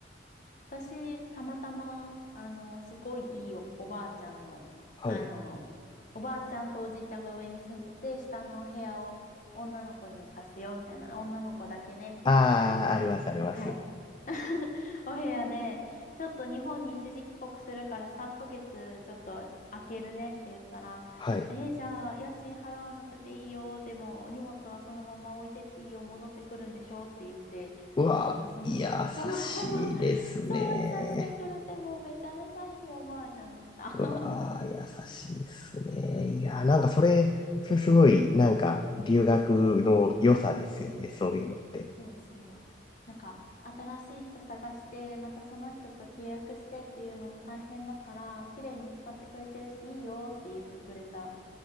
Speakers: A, on the left; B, on the left.
A: 私、たまたま、あの、すごいいいお、おばあちゃんの、
B: はい。
A: あの、おばあちゃんとおじいちゃんが上に住んでて、下のお部屋を女の子に貸すよ、みたいな、女の子だけね、みたいな感じの、
B: ああ、あります、あります。
A: はい。<laughs> お部屋で、ちょっと日本に一時帰国するから3ヶ月ちょっと空けるねって言ったら、
B: はい。
A: えーじゃあ家賃払わなくていいよ、でも荷物はそのまま置いてっていいよ、戻ってくるんでしょって言って、
B: うわー、
A: あの、その、
B: いやー、
A: <laughs> そのまま
B: 優しいですね。
A: そう、いさしてくれて、もうめちゃめちゃいいおばあちゃんでした。<laughs>
B: うわー、優しいっすね。いやー、なんかそれ、それすごい、なんか留学の良さですよね、そういうのって。
A: そうそう。なんか、新しい人探して、またその人と契約してっていうのも大変だから、綺麗に使ってくれてるし、いいよって言ってくれた